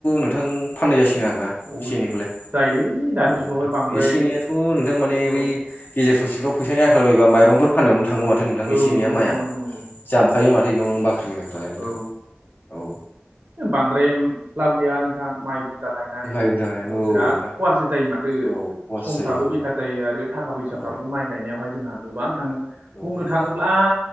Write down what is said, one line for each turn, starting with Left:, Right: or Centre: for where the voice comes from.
Left: नोंथां फाननाय जासिगोन आरोना।
Right: औ
Left: एसे एनैखौलाय
Right: जायोलै दानि
Left: औ
Right: जुगावहाय
Left: नोंथां
Right: बांद्राय
Left: एसे एनैयाथ' नोंथां माने
Right: औ
Left: बै गेजेर ससेफ्राव फैसानि आखाल बायोबा माइरंफोर फाननायावनो थाङो माथो नोंथां
Right: औ
Left: ए
Right: नंगौ
Left: नेैया माया
Right: नंगौ नंगौ नंगौ
Left: जामखायो माथो बेयाव बाख्रिनि माइफ्रालाय नोंथां
Right: औ
Left: औ।
Right: औ बांद्राय लाब गैया नोंथां माइ बुर बुरजा गायनानैबो
Left: माइबो थाखायनो औ
Right: बिराद
Left: नोंथां
Right: खहासो जायो माथो
Left: औ खहासो
Right: समफ्राबो
Left: जायो
Right: बेखारसो जायो आरो थाखा फैसाफ्राबो
Left: औ
Right: माइ गायनायावहाय जोंहा गोबां थाङो।
Left: औ
Right: बुंनो
Left: औ
Right: थाङोब्ला